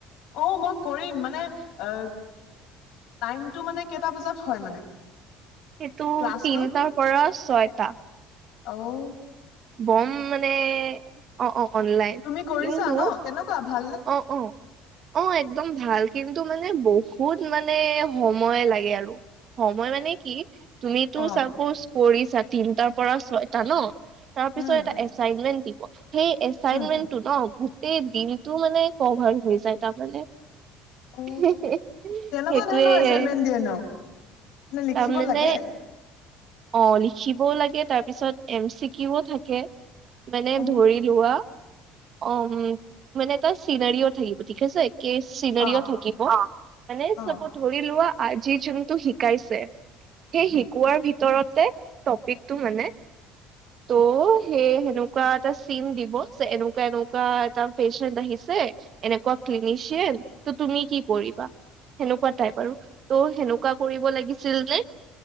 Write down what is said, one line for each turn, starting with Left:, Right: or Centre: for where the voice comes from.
Left: অ মই কৰিম মানে আহ। টাইমটো মানে কেইটা বজাত হয় মানে?
Right: সেইটো
Left: ক্লাছটো
Right: তিনটাৰ পৰা ছয়টা।
Left: অঔ
Right: বম মানে অ অ অনলাইন
Left: তুমি কৰিছা
Right: কিন্তু
Left: ন কেনেকুৱা ভালনে
Right: অ, অ, অ একদম ভাল কিন্তু মানে বহুত মানে সময় লাগে আৰু। সময় মানে কি তুমিতো
Left: অ
Right: চাপজ কৰিছা তিনটাৰ পৰা ছয়টা ন। তাৰ
Left: উম
Right: পিছত এটা এচাইমেন্ত দিব সেই এচাইমেন্ত
Left: উম
Right: ন গোটেই দিনটো মানে কভাৰ হৈ যায় তাৰমানে
Left: অ
Right: <unintelligible>
Left: কেনেকুৱা
Right: সেইটোৱেও
Left: ধৰণৰ এচাইনমেন্ট দিয়ে নো মানে লিখিব
Right: তাৰ মানে
Left: লাগে
Right: অ লিখিবও লাগে তাৰ পিছত এম চিকিও থাকে। মানে
Left: অ
Right: ধৰি লোৱা অম মানে তাত চিনাৰীও থাকিব ঠিক আছে। চিনাৰীও
Left: অ
Right: থাকিব মানে
Left: অ
Right: চব ধৰি লোৱা আজি যোনটো শিকাই সেই শিকোৱাৰ ভিতৰতে টপিকটো মানে ত, সেই সেনেকুৱা এটা চিন দিব যে এনেকুৱা এনেকুৱা এটা পেচেণ্ট আহিছে, এনেকুৱা ক্লিনিচিয়েল ত তুমি কি কৰিবা? সেনেকুৱা টাইপ আৰু ত' সেনেকুৱা কৰিব লাগিছিল যে।